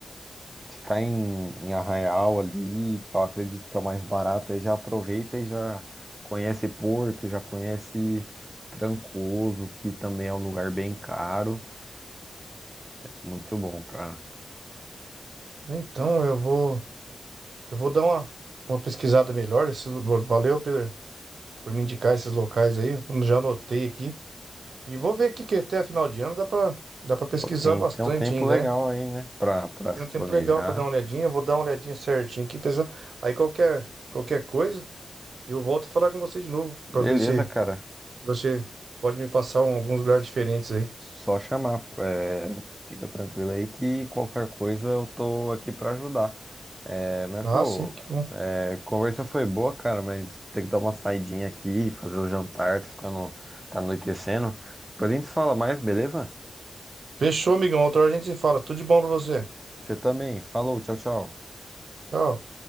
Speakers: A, on the right; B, on the right.
A: ficar em, em Arraial ali, que eu acredito que é o mais barato, aí já aproveita e já conhece Porto, já conhece Trancoso, que também é um lugar bem caro. Muito bom, cara.
B: Então eu vou, eu vou dar uma, uma pesquisada melhor. Esses, lu- valeu por, por me indicar esses locais aí. Eu Já anotei aqui. E vou ver aqui que até a final de ano dá para dá para pesquisar
A: Pô, Tem,
B: bastante
A: tem um tempo
B: ainda,
A: legal
B: né?
A: aí, né, pra, pra
B: Tem
A: se
B: um tempo
A: planejar.
B: legal pra dar uma olhadinha. Eu vou dar uma olhadinha certinho aqui, pessoal. Aí qualquer, qualquer coisa, eu volto a falar com você de novo,
A: Beleza,
B: pra ver se
A: cara,
B: você pode me passar um- alguns lugares diferentes aí.
A: só chamar. É, fica tranquilo aí que qualquer coisa eu tô aqui pra ajudar. É, mas,
B: Ah,
A: pô,
B: sim, tá bom.
A: é, conversa foi boa, cara, mas tem que dar uma saidinha aqui, fazer o jantar, tá ficando, tá anoitecendo. Depois a gente fala mais, beleza?
B: Fechou, amigão. Outra hora a gente se fala. Tudo de bom pra você.
A: Você também. Falou, tchau, tchau.
B: Tchau.